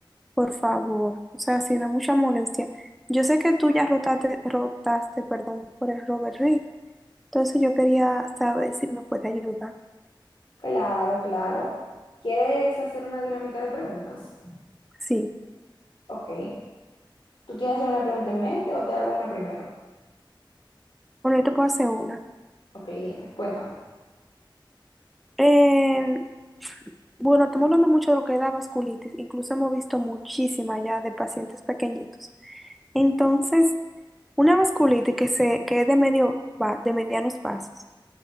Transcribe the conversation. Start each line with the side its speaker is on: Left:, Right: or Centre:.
Centre: por favor, o sea, si no es mucha molestia. Yo sé que tú ya rotaste, rotaste, perdón, por el Robert Reed, entonces yo quería saber si me puede ayudar.
Left: Claro, claro. ¿Quieres hacer una dinámica de preguntas?
Centre: Sí.
Left: Ok. ¿Tú tienes alguna pregunta en mente o te hago una primero?
Centre: Bueno, yo te puedo hacer una.
Left: Ok, dime, cuéntame.
Centre: Eh, bueno, estamos hablando mucho de lo que es la vasculitis. Incluso hemos visto muchísima ya de pacientes pequeñitos. Entonces, una vasculitis que, se, que es de, medio, va- de medianos vasos.